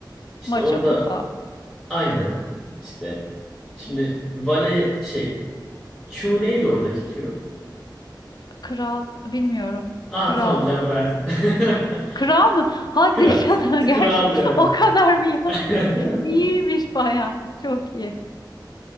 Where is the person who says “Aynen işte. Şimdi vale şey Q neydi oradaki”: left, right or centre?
Centre